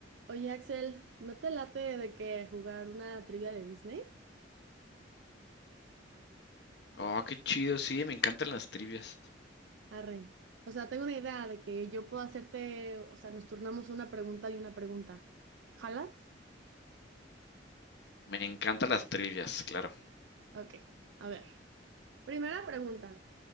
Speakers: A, on the right (about 75°); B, on the left (about 65°).
A: Oye, Axel, ¿no te late de que jugar una trivia de Disney?
B: Oh, qué chido, sí, me encantan las trivias.
A: Arre. O sea, tengo una idea de que yo puedo hacerte, o sea, nos turnamos una pregunta y una pregunta. ¿Jalas?
B: Me encantan las trivias, claro.
A: Ok, a ver. Primera pregunta.